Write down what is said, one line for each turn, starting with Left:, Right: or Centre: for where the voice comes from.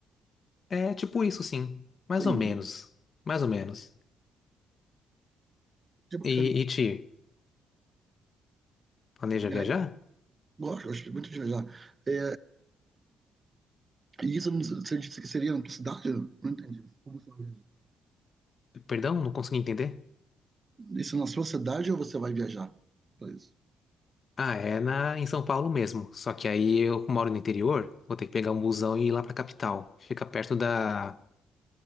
Left: É tipo isso, sim. Mais
Right: Entendi.
Left: ou menos. Mais ou menos.
Right: Que bacana.
Left: E, e Ti, planeja
Right: E aí,
Left: viajar?
Right: gosto, gosto muito de viajar. É, e isso não- você disse que seria na sua cidade? Eu Não entendi. Como você vai viajar?
Left: Perdão, não consegui entender.
Right: Isso é na sua cidade ou você vai viajar para isso?
Left: Ah, é na, em São Paulo mesmo. Só que aí eu moro no interior, vou ter que pegar um busão e ir lá pra capital. Fica perto da,